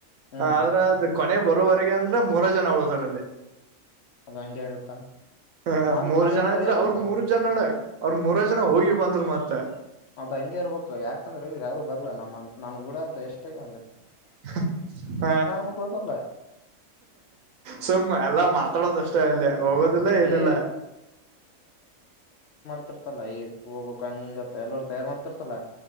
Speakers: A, on the left; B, on the right.
A: ಹ್ಮ್
B: ಆದ್ರ ಅದು ಕೊನೆ ಬರೋವರೆಗೆ ಅಂದ್ರ ಮೂರ ಜನ ಅವಳದಾರಲ್ಲಿ
A: ಅದ ಹಂಗೆ ಆಗತ್ತ
B: ಹ
A: ನಾನ್
B: ಮೂರು
A: ನನ್ಗಿಂತ
B: ಜನ ಇದ್ರರು
A: ವೇಸ್ಟ್
B: ಅವ್ರ
A: ಆಗಿಲ್ಲ
B: ಮೂರು ಜನ ನಡ ಅವ್ರರು ಮೂರೈ ಜನ ಹೋಗಿ ಬಂದ್ರು ಮತ್ತೆ
A: ಅದೇ ಹಂಗೆ ಇರ್ಬೇಕು ಯಾಕಂದ್ರೆ ಅವ ಯಾರು ಬರ್ಲ ನಮ್ಮ ನನ್ ಗುಡ ಅಂತ ಎಷ್ಟಾಗಿ
B: <unintelligible> ಹ
A: ಮಕ್ಳು ಬರ್ಲ
B: ಸುಮ್ಮ್ ಎಲ್ಲ ಮಾತಾಡೋದಷ್ಟೇ ಅಲ್ಲಿ ಹೋಗೋದಿಲ್ಲ ಏನಿಲ್ಲ
A: ಏ <unintelligible> ಹಲ್ಲ ಈಬ ಕಂಗಿಂಗ ಎಲ್ಲವರ್ ತಯಾರ್ ಮಾಡ್ತಿರ್ತಲ್ಲಾ